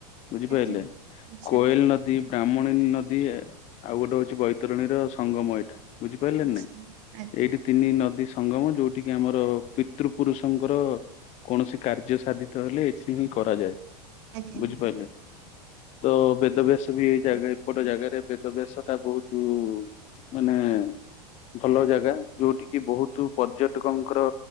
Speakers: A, on the left (about 35°); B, on the right (about 50°).
A: ବୁଝିପାରିଲେ
B: ଆଜ୍ଞା। ଆଚ୍ଛା
A: କୋଏଲ ନଦୀ ବ୍ରାହ୍ମଣୀ ନଦୀ ଯଦି ଆଉ ଗୋଟେ ହଉଛି ବୈତରଣୀର ସଙ୍ଗମ ଏଇଟା ବୁଝିପାରିଲେ
B: ଆଚ୍ଛା
A: ନାଇଁ
B: ଆଜ୍ଞା
A: ଏଇଠି ତିନି ନଦୀ ସଙ୍ଗମ ଯୋଉଠ କିି ଆମର ପିତୃ ପୁରୁଷଙ୍କର କୌଣସି କାର୍ଯ୍ୟ ସାଧିତ ହେଲେ ଏଠି ବି କରାଯାଏ।
B: ଆଜ୍ଞା
A: ବୁଝିପାରିଲେ ତ ବେଦ ବ୍ୟାସ ବି ଏଇ ଜାଗା ଗୋଟେ ଜାଗାରେ ବେଦ ବ୍ୟାସ ଟା ବହୁତ ମାନେ ଭଲ ଜାଗା ଯୋଉଠି କିି ବହୁତୁ ପର୍ଯ୍ୟଟକଙ୍କର